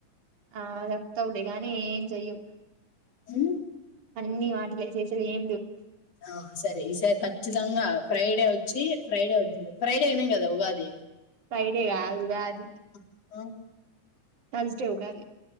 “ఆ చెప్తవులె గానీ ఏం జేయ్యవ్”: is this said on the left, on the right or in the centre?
Right